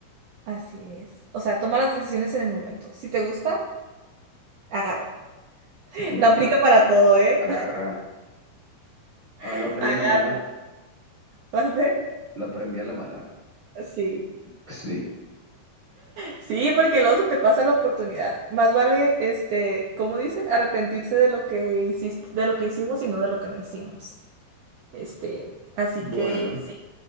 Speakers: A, on the right (about 75°); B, on the right (about 25°).
A: Así es. O sea, toma las decisiones en el momento. Si te gusta, agárralo. <laughs>
B: Si te
A: No
B: gusta,
A: aplica para todo, ¿eh?
B: agarra. Ah,
A: <laughs>
B: lo aprendí
A: Agárralo.
B: a la mala,
A: ¿Mande?
B: lo aprendí a la mala.
A: Sí.
B: Sí,
A: Sí, porque luego se te pasa la oportunidad. Más vale, este, como dicen, arrepentirse de lo que hiciste, de lo que hicimos y no de lo que no hicimos. Este, así
B: bueno,
A: que sí.